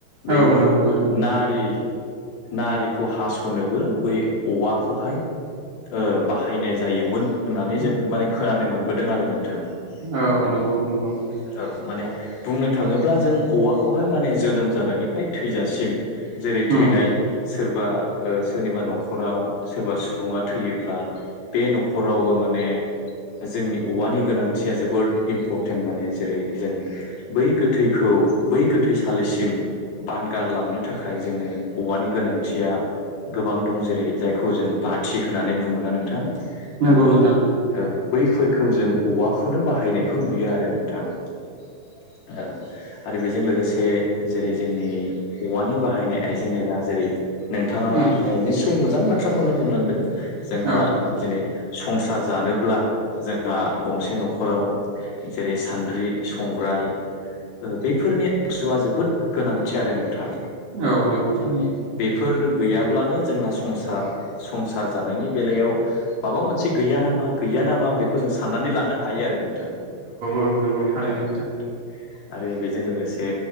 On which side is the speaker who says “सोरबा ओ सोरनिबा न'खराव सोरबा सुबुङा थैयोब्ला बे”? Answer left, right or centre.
Left